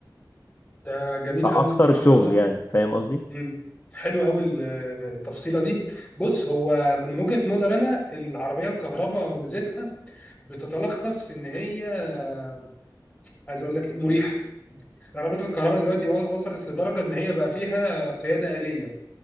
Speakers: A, on the left; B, on the left.
A: ده جميل
B: اكتر
A: قوي القرار
B: الشغل
A: دوت
B: يعني فاهم قصدي
A: مم. حلو قوي ال- آه، التفصيله دي بص هو من وجهه نظر انا العربيه الكهرباء ميزتها بتتلخص في ان هي آه، عايز اقول لك مريحه العربيات الكهرباء دلوقتي و- وصلت لدرجه ان هي بقى فيها قياده آلية